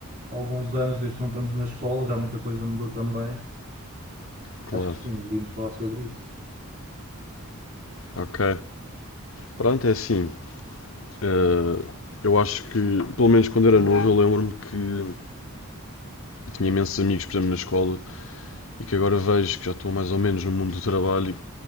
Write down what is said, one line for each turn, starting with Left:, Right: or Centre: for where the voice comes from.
Right: alguns anos desde que não estamos na escola, já muita coisa mudou também.
Left: Claro,
Right: Acho que sim, deveríamos falar sobre isso.
Left: ok. Pronto, é assim, eh, eu acho que, pelo menos quando era novo, eu lembro-me que eu tinha imensos amigos, por exemplo, na escola, e que agora vejo que já estou mais ou menos no mundo do trabalho e